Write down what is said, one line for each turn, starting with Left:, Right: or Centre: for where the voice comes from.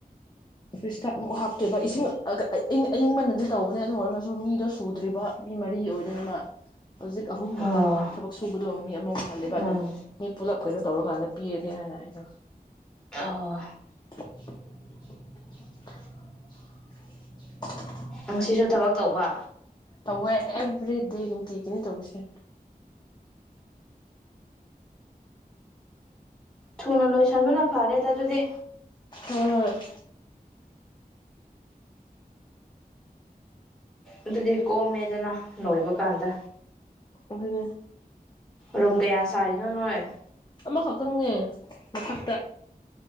Left: ꯐ꯭ꯔꯤꯁꯇ ꯑꯃꯨꯛ ꯍꯥꯞꯇꯣꯏꯕ ꯏꯁꯤꯡ ꯑ ꯑꯌꯤꯡ ꯑꯌꯤꯡ ꯕꯅꯗꯤ ꯇꯧꯕꯅꯦ ꯑꯗꯨ ꯑꯣꯏꯔꯒꯖꯨ ꯃꯤꯗꯣ ꯁꯨꯗ꯭ꯔꯤꯕ ꯃꯤ ꯃꯔꯤꯒꯤ ꯑꯣꯏꯗꯣꯏꯅꯦꯕ ꯍꯧꯖꯤꯛ ꯑꯍꯨꯝ ꯈꯛꯇꯪ
Centre: ꯑꯣ
Left: ꯊꯕꯛ ꯁꯨꯕꯗꯣ ꯃꯤ ꯑꯃ ꯋꯥꯜꯂꯦꯕ ꯑꯗꯨꯅ
Centre: ꯎꯝ
Left: ꯃꯤ ꯄꯨꯂꯞ ꯀꯩꯅꯣ ꯇꯧꯔꯀꯥꯟꯗ ꯄꯤꯔꯒꯦ ꯍꯥꯏꯅ ꯑꯩꯗꯣ
Centre: <unintelligible>
Left: <inaudible> <inaudible>
Centre: ꯉꯁꯤꯁꯨ ꯊꯕꯛ ꯇꯧꯕ
Left: ꯇꯧꯋꯦ ꯑꯦꯚ꯭ꯔꯤꯗꯦ ꯅꯨꯡꯇꯤꯒꯤꯅꯦ ꯇꯧꯔꯤꯁꯦ
Centre: ꯊꯨꯅ ꯂꯣꯏꯁꯟꯕꯅ ꯐꯔꯦꯗ ꯑꯗꯨꯗꯤ
Left: ꯍꯣꯏ ꯍꯣꯏ
Centre: ꯑꯗꯨꯗꯤ ꯀꯣꯝꯃꯦꯗꯅ ꯂꯣꯏꯕ ꯀꯥꯟꯗ
Left: ꯑꯗꯨꯅꯤ
Centre: ꯔꯨꯝ ꯀꯌꯥ ꯁꯥꯔꯤꯅꯣ ꯅꯣꯏ
Left: ꯑꯃꯈꯛꯇꯪꯅꯦ ꯃꯊꯛꯇ